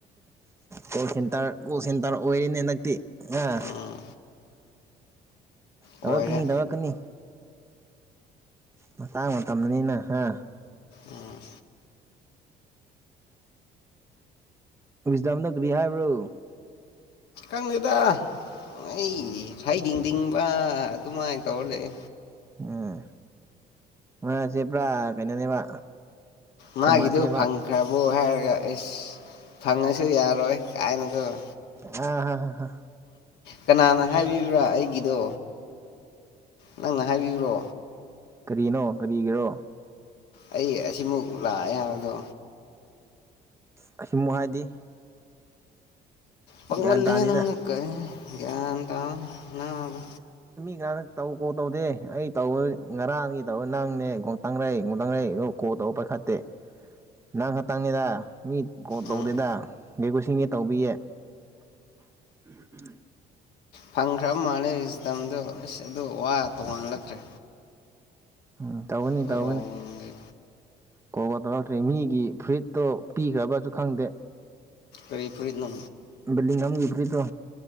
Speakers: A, on the right; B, on the left.
A: ꯀꯣꯜ ꯁꯦꯟꯇꯔ ꯀꯣꯜ ꯁꯦꯟꯇꯔ ꯑꯣꯏꯔꯅꯦ ꯍꯟ ꯅꯛꯇꯤ ꯑꯥ
B: ꯎꯝ
A: ꯇꯧꯔꯛꯀꯅꯤ
B: ꯑꯣꯏꯔꯦ
A: ꯇꯧꯔꯛꯀꯅꯤ ꯃꯇꯥꯡ ꯃꯇꯝꯗꯅꯤꯅ ꯍꯥ
B: ꯎꯝ
A: ꯗꯥꯝꯅ ꯀꯔꯤ ꯍꯥꯏꯕ꯭ꯔꯣ
B: ꯈꯤꯇꯪꯗꯨꯗ ꯑꯩ ꯍꯩꯗꯤꯡꯗꯤꯡꯕ ꯑꯗꯨꯃꯥꯏꯅ ꯇꯧꯔ ꯂꯩ
A: ꯎꯝ ꯉꯁꯦ ꯄꯨꯔꯥ ꯀꯩꯅꯣꯅꯦꯕ
B: ꯃꯥꯒꯤꯗꯨ
A: ꯊꯣꯃꯥꯁꯅꯦꯕ
B: ꯐꯪꯈ꯭ꯔꯕꯣ ꯍꯥꯏꯔꯒ ꯑꯦꯁ ꯐꯪꯉꯁꯤ ꯌꯥꯔꯣꯏ ꯀꯥꯏꯅꯀꯣꯏ
A: ꯍꯥ ꯍꯥ
B: ꯀꯅꯥꯅ ꯍꯥꯏꯕꯤꯕ꯭ꯔꯥ ꯑꯩꯒꯤꯗꯣ ꯅꯪꯅ ꯍꯥꯏꯕꯤꯕ꯭ꯔꯣ
A: ꯀꯔꯤꯅꯣ ꯀꯔꯤꯒꯤꯔꯣ
B: ꯑꯩ ꯑꯁꯤꯃꯨꯛ ꯂꯥꯛꯑꯦ ꯍꯥꯏꯗꯣ
A: ꯀꯩꯁꯨꯝ ꯍꯥꯏꯗꯤ
B: ꯄꯪꯃꯜ
A: ꯒ꯭ꯌꯥꯟ ꯇꯥꯗꯦꯗ
B: ꯂꯩꯍꯦ ꯑꯪꯁꯨ ꯀꯔꯤꯅꯣ ꯒꯌꯥꯟ ꯇꯧ ꯅꯥꯕꯥ
A: ꯏꯔꯥꯡ ꯅꯛ ꯇꯧ ꯀꯣꯜ ꯇꯧꯗꯦ ꯑꯩ ꯇꯧꯕ ꯉꯔꯥꯡꯅꯤ ꯇꯧ ꯅꯪꯅꯦ ꯇꯪꯔꯛꯩ ꯒꯇꯪꯔꯛꯏ ꯑ ꯀꯣꯜ ꯇꯧꯕ ꯄꯥꯏꯈꯠꯇꯦ ꯅꯪ ꯈꯛꯇꯪꯅꯦꯗ ꯃꯤ ꯀꯣꯜ ꯇꯥꯎꯗꯗ
B: ꯎꯝ
A: <unintelligible> ꯊꯤꯡꯉꯦ ꯇꯧꯕꯤꯌꯦ ꯎꯝ ꯎꯝ
B: ꯐꯪꯈ꯭ꯔ ꯃꯥꯂꯦ ꯔꯁꯇꯝꯗꯣ ꯑꯁ ꯑꯗꯣ ꯋꯥ ꯇꯣꯉꯥꯜꯂꯛꯈ꯭ꯔꯦ
A: ꯎꯝ ꯇꯧꯒꯅꯤ
B: ꯈꯣꯏꯔꯣꯡꯒꯤ
A: ꯇꯧꯒꯅꯤ ꯀꯣꯜꯒ ꯇꯧꯔꯛꯇ꯭ꯔꯦ ꯃꯤꯒꯤ ꯐꯨꯔꯤꯠꯇꯣ ꯄꯤꯈ꯭ꯔꯕꯁꯨ ꯈꯪꯗꯦ
B: ꯀꯔꯤ ꯐꯨꯔꯤꯠ ꯅꯣ
A: ꯕꯂꯤꯉꯝꯒꯤ ꯐꯨꯔꯤꯠꯇꯣ